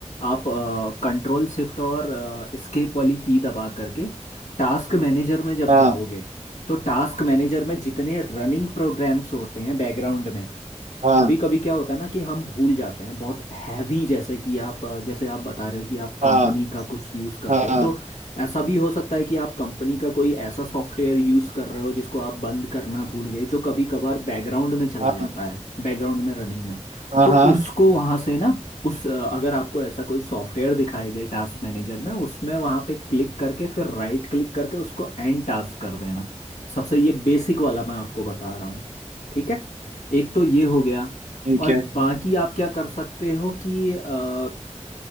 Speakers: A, on the left; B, on the right.
A: आप कंट्रोल शिफ्ट और एस्केप वाली की दबा करके टास्क मैनेजर में जब
B: हाँ
A: जाओगे तो टास्क मैनेजर में जितने रनिंग प्रोग्राम्स होते हैं बैकग्राउंड में
B: हाँ
A: कभी कभी क्या होता है ना कि हम भूल जाते हैं बहुत हैवी जैसे कि आप अ, जैसे आप बता रहे हो कि आप कंपनी
B: हाँ
A: का कुछ यूज़ करते
B: हाँ
A: हो तो ऐसा भी हो सकता है कि आप कंपनी का कोई ऐसा सॉफ्टवेयर यूज़ कर रहे हो जिसको आप बंद करना भूल गए जो कभी कभार बैकग्राउंड में चला
B: हाँ
A: जाता है बैकग्राउंड में रनिंग में
B: हाँ
A: तो
B: हाँ,
A: उसको वहाँ से ना उस अ, अगर आपको ऐसा कोई सॉफ्टवेयर दिखाई दे टास्क मैनेजर में उसमें वहाँ पे क्लिक करके फिर राइट क्लिक करके उसको एंड टास्क कर देना सबसे ये बेसिक वाला मैं आपको बता रहा हूँ ठीक है एक तो ये हो गया
B: ठीक
A: और
B: है
A: बाकी आप क्या कर सकते हो कि अ,